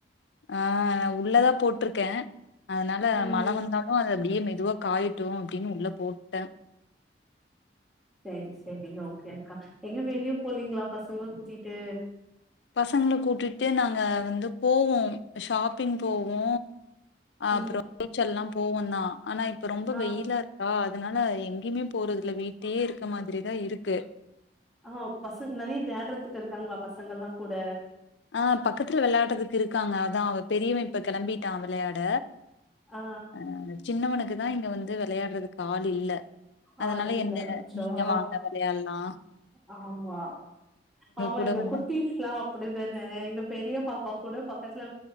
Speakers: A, on the left (about 75°); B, in the centre.
A: ஆ நா உள்ளதா போட்டிருக்கே அதனால
B: ம்
A: மழ வந்தாலு அது அப்டியே மெதுவா காயிட்டு அப்படின்னு உள்ள போட்ட
B: சேரி சேரி ஓகே அக்கா எங்க வெளியு புள்ளங்களா பசங்களா கூட்டிட்டு
A: பசங்கள கூட்டிட்டு நாங்க வந்து போவோ ஷாப் பின் போவோ அப்றோ
B: ம்
A: பேச்செல்லா போவோ தா ஆனா இப்ப ரொம்ப
B: ஆ
A: வெயிலா இருக்கா அதனால எங்கயுமே போறதுல வீட்டயே இருக்க மாதிரிதா இருக்கு
B: ஆ பச நெறைய விளாயடறதுக்கு இருக்காங்கப்பா பசங்கள்ல்லா கூட
A: ஆ பக்கத்துல வெளாட்றதுக்கு இருக்காங்க அதா அவ பெரியவ இப்ப கெளம்பிட்டான் விளையாட
B: ஆ
A: அ சின்னவனுக்கு இதுதா இங்க வந்து வெளையாடறதுக்கு ஆள் இல்ல
B: காலேஜ்ல
A: அதனால என்ன
B: அச்சோ
A: நீங்க வாங்க வெளையால்லா
B: ஆமா ஆமா
A: கூட
B: இந்த
A: வந்து
B: குட்டிஸ் எல்லா அப்டித ல எங்க பெரிய பாப்பா கூட பக்கத்துல